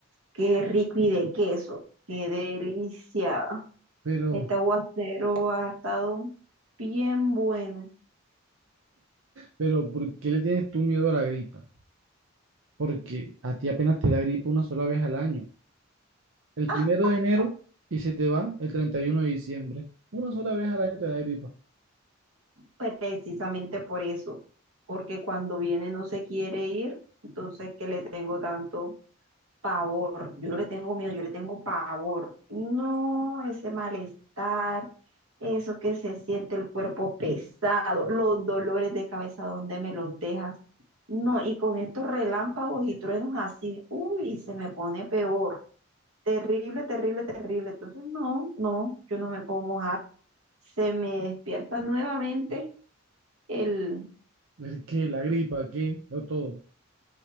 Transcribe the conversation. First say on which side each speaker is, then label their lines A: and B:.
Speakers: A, on the right; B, on the right.
A: Qué rico y de queso. Qué delicia.
B: Pero,
A: Este aguacero ha estado bien bueno.
B: pero, ¿por qué le tienes tú miedo a la gripa? Porque a ti apenas te da gripa una sola vez al año. El
A: <laughs>
B: primero de enero y se te va el 31 de diciembre. Una sola vez al año te da gripa.
A: Precisamente por eso. Porque cuando viene no se quiere ir. Entonces, que le tengo tanto? pavor. Yo no le tengo miedo, yo le tengo pavor. No, ese malestar, eso que se siente el cuerpo pesado, los dolores de cabeza, ¿dónde me los dejas? No, y con estos relámpagos y truenos así, uy, se me pone peor. Terrible, terrible, terrible. Entonces, no, no, yo no me puedo mojar. Se me despierta nuevamente el,
B: ¿El qué? ¿La gripa? ¿Qué? No todo.